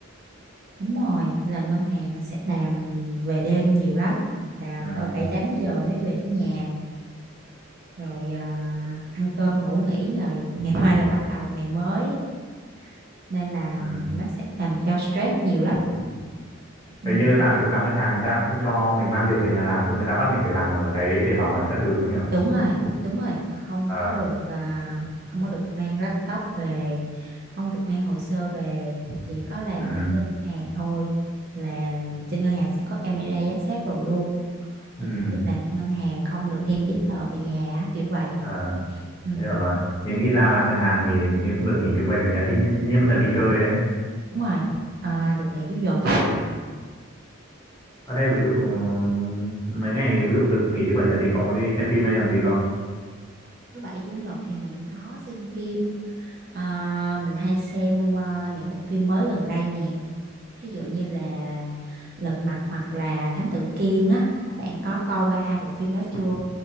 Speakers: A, on the right; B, on the left.
A: đúng rồi là ngân hàng là sẽ làm về đêm nhiều lắm là
B: Ừ.
A: cỡ bảy tám giờ mới về tới nhà rồi à, ăn cơm ngủ nghỉ rồi ngày mai là bắt đầu ngày mới nên là
B: Ừ.
A: nó sẽ làm cho stress nhiều lắm ừ.
B: thế như làm ví dụ làm ngân hàng người ta cũng không cho mình mang việc về nhà làm, không người ta bắt mình phải làm ở đấy để bảo mật các thứ cũng không nhỉ?
A: đúng rồi đúng rồi không
B: Ờ,
A: có được à, không có được mang laptop về không được mang hồ sơ về chỉ có làm
B: ừ,
A: ở trên ngân hàng thôi là trên ngân hàng sẽ có camera giám sát đồ luôn là
B: ừ,
A: chỉ được làm trên ngân hàng không được đem giấy tờ về nhà á, kiểu vậy
B: ờ,
A: ừ,
B: thế hiểu rồi. Nhưng ít ra làm ngân hàng thì hình như cũng được nghỉ thứ bảy chủ nhật ít nhất, ít nhất vẫn là đi chơi đấy.
A: đúng rồi à, được nghỉ chủ nhật
B: Ở đây ví dụ ừ, mấy ngày ví dụ được nghỉ thứ bảy nhật thì cậu có đi xem phim hay làm gì không?
A: thứ bảy chủ nhật thì mình có xem phim à, mình hay xem à, những bộ phim mới gần đây nè ví dụ như là Lật Mặt hoặc là Thám Tử Kiên á bạn có coi qua hai bộ phim đó chưa